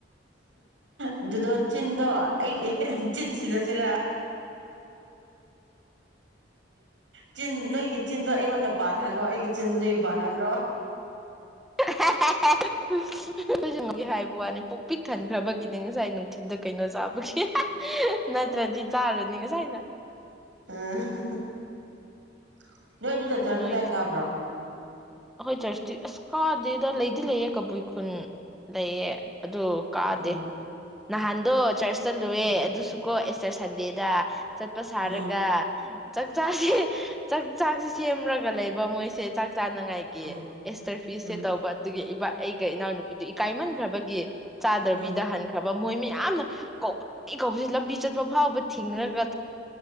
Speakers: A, on the right (about 85°); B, in the centre.
A: ꯑꯗꯨꯗꯣ ꯆꯤꯟꯗꯣ ꯑꯩꯅꯦ ꯆꯤꯟ ꯁꯤꯟꯅꯁꯤꯔ ꯆꯤꯟ ꯅꯣꯏꯒꯤ ꯆꯤꯟꯗꯣ ꯑꯩꯉꯣꯟꯗ ꯕꯥꯜꯍꯜꯂꯣ ꯑꯩꯒꯤ ꯆꯤꯟꯗꯣ ꯅꯣꯏ ꯕꯥꯜꯍꯜꯂꯣ
B: <unintelligible> ꯅꯣꯏꯖꯃꯒꯤ ꯍꯥꯏꯕ ꯋꯥꯅꯤ ꯄꯤꯛ ꯊꯟꯈ꯭ꯔꯕꯒꯤꯅꯤ ꯉꯁꯥꯏ ꯅꯨꯡꯊꯤꯟꯗ ꯀꯩꯅꯣ ꯆꯥꯕꯒꯤ ꯅꯠꯇ꯭ꯔꯗꯤ ꯆꯥꯔꯅꯤ ꯉꯁꯥꯏꯅ
A: ꯑ <unintelligible> ꯅꯣꯏ ꯑꯗꯨꯗ ꯆꯠ
B: ꯅꯣꯏꯈ꯭ꯔꯤ
A: ꯀꯗꯥꯏ ꯀꯥꯕ꯭ꯔꯣ
B: ꯑꯩꯈꯣꯏ ꯆꯔꯁꯇꯤ ꯑꯁ ꯀꯥꯗꯦꯗ ꯂꯩꯗꯤ ꯂꯩꯑ ꯀꯕꯨꯏ ꯈꯨꯟ ꯂꯩꯌꯦ ꯑꯗꯨ ꯀꯥꯗꯦ
A: ꯎꯝ
B: ꯅꯟꯗ ꯆꯁ ꯆꯠꯂꯨꯑꯦ
A: ꯎꯝ
B: ꯑꯗꯨꯁꯨ ꯀꯣ ꯁꯟꯗꯦꯗ ꯆꯠꯄ ꯁꯥꯔꯒ
A: ꯎꯝ
B: ꯆꯥꯛ ꯆꯁꯦ ꯆꯥꯛ ꯆꯥꯛꯁꯦ ꯁꯦꯝꯔꯒ ꯂꯩꯕ ꯃꯣꯏꯁꯦ ꯆꯥꯛ ꯆꯥꯅꯉꯥꯏ ꯑꯦꯁꯇꯔ
A: ꯎꯝ
B: ꯐꯁꯦ
A: ꯎꯝ
B: ꯇꯧꯕ ꯑꯗꯨꯒꯤ ꯑꯩꯒ ꯏꯅꯥꯎꯅꯨꯄꯤꯗꯨ ꯏꯀꯥꯏꯃꯟꯈ꯭ꯔꯕꯒꯤ ꯆꯥꯗꯕꯤꯗ
A: ꯎꯝ
B: ꯍꯟꯈ꯭ꯔꯕ ꯃꯣꯏ ꯌꯥꯝꯅ ꯀꯧ ꯀꯁꯤ ꯂꯝꯕꯤ ꯆꯠꯄ ꯐꯥꯎꯕ ꯊꯤꯡꯉꯒ